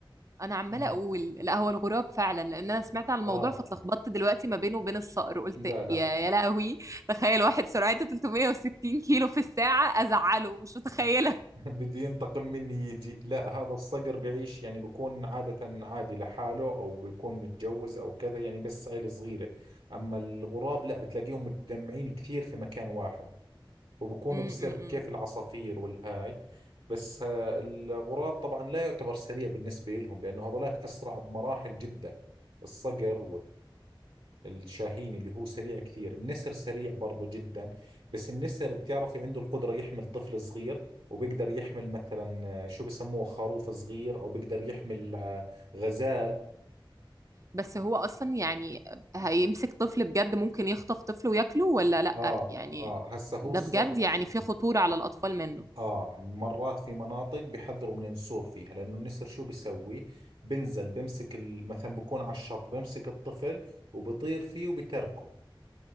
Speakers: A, on the right; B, on the right.
A: انا عماله
B: مم.
A: اقول لا هو الغراب فعلا لان انا سمعت عن الموضوع
B: آه
A: فاتلخبطت دلوقتي ما بينه وبين الصقر قلت
B: لا
A: يا
B: لا
A: يا لهوي تخيل واحد سرعته 360 كيلو في الساعه ازعله مش متخيله
B: <laughs> بده ينتقم مني يجي لا هذا الصقر بيعيش يعني بيكون عادة عادي لحاله أو بيكون متجوز أو كذا يعني بس عيلة صغيرة أما الغراب لا بتلاقيهم متجمعين كثير في مكان واحد وبكونوا
A: امم
B: بسرب كيف العصافير والهاي بس آه، الغراب طبعا لا يعتبر سريع بالنسبة لهم لأنه هذولاك أسرع بمراحل جدا الصقر والشاهين اللي هو سريع كثير النسر سريع برضو جدا بس النسر بتعرفي عنده القدرة يحمل طفل صغير وبيقدر يحمل مثلا آه، شو بسموه خروف صغير أو بيقدر يحمل آه، غزال
A: بس هو اصلا يعني هيمسك طفل بجد ممكن يخطف طفل وياكله ولا لا
B: آه
A: يعني
B: آه هسه هو
A: ده
B: الص-
A: بجد يعني في خطوره على الاطفال منه
B: آه مرات في مناطق بيحذروا من النسور فيها لأنه النسر شو بيسوي بنزل بمسك ال- مثلا بكون على الشط بمسك الطفل وبطير فيه وبتركه